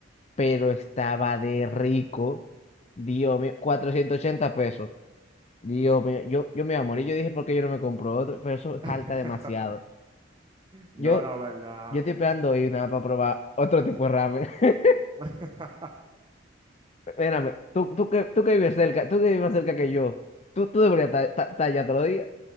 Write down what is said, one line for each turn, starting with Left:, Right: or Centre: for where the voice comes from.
Left: pero estaba de rico. Dios mío, 480 pesos. Dios mío, yo, yo me iba a morir. Yo dije, ¿por qué yo no me compro otro? Pero eso salta
Right: <laughs>
Left: demasiado.
Right: No,
Left: Yo.
Right: la verdad.
Left: Yo estoy esperando ir nada para probar otro tipo de ramen. <laughs>
Right: <laughs>
Left: Espérame, tú, tú, que, tú que vives cerca, tú que vives más cerca que yo, tú, tú deberías estar estar- estar allá todos los días.